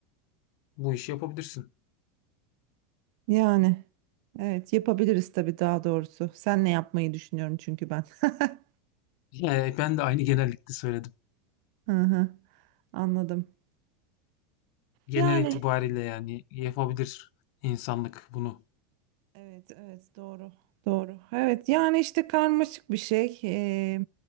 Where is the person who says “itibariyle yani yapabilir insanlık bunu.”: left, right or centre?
Left